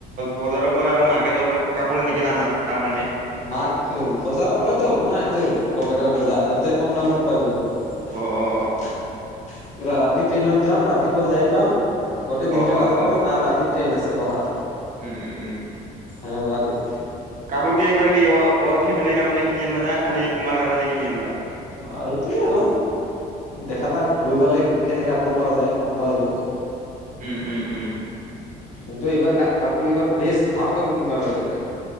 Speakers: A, on the right; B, on the left.
A: বৰ্জাৰৰ পৰা আৰু মাৰ্কেটৰ পৰা কাপোৰ নিকিনা না? তাৰমানে
B: মাৰ বজাৰৰ পৰাইতো হ'ব না সেইটো কলকাতাৰ বজাৰ তাতে কম দামত পায় বহুত।
A: অ অ
B: ৰা ৰাতি ট্ৰেইনত যাম ৰাতিপুৱা যাই পাম গোটেই
A: অ অ
B: দিনটা
A: অ
B: বাজাৰ
A: অ
B: কৰিম আৰু ৰাতি ট্ৰেইন আছে অহা
A: উম উম উম
B: এনেুৱাকে
A: কাপোৰ কি একবাৰ কি অ অল ফেমিলিৰ কাৰণে কিনি আনিবা না খালি তোমাৰ কাৰণে কিনি আনিবা
B: অ এইটোয়ে আৰু দেখা যাক গৈ পালে কেনেক কাপোৰ পোৱা যায় গম পোৱা যাব
A: উম উম উম
B: <unintelligible> কি এইবাৰ কাপোৰ এইবাৰ বেস্ট ভাল কাপোৰ ততিিন পাৰাই এইবাৰ